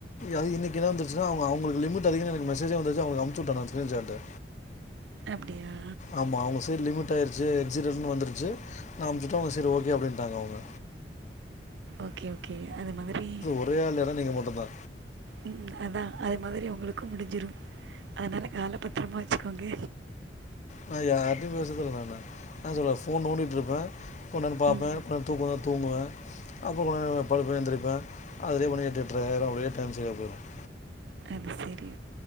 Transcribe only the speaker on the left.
அதும் இன்னிக் இங்க தா பிரச்சன அவுங் அவுங்ளுக் லிமிட் அதிகோ எனக்கு மெசேஜ்யே வந்துச்சி அவுங்ளுக் அமிச்சுட்ட நா ஸ்க்ரீன் ஷாட
ஆமா அவுங்க சைடு லிமிட் ஆயிருச்சு எக்ஸிடர்னு வந்துருச்சு நா அமுச்சுட்டா அவுங்க செரி ஓகே அப்டின்ட்டாங்க அவுங்க
ஒரே ஆள் இடம் நீங்கள் மட்டும்தான்
நா யார்டியும் பேஸ் என்ன சொல்றான்வ நா சொல்வ ஃபோன் நோடிட்டிருப்ப தொடர் பாப்ப
அப்ற தூக்கோ வந்தா தூங்குவ அப்பப்பா படுப்ப எந்திரிப்ப அதிலேயே மணி எட்டு எட்டரையாயிடும் அப்டியே டைம் செரியா போய்டும்